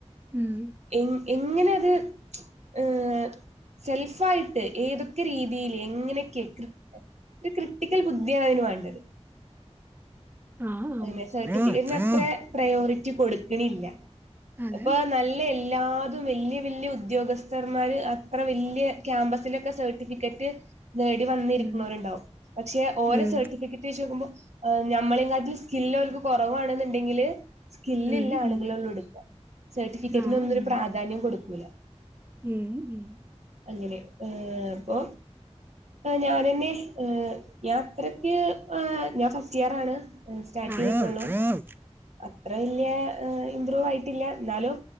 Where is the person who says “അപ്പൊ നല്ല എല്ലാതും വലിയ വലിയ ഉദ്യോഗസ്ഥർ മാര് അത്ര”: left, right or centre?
Right